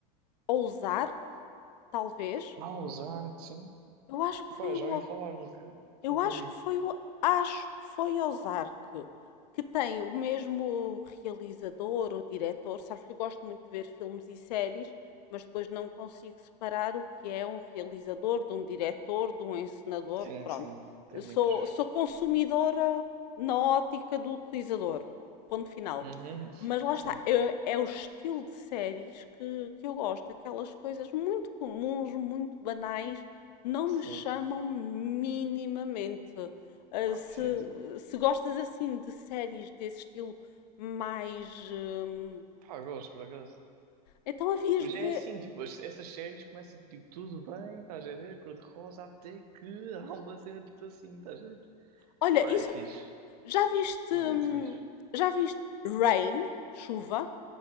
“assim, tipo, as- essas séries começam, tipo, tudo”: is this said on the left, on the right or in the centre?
Right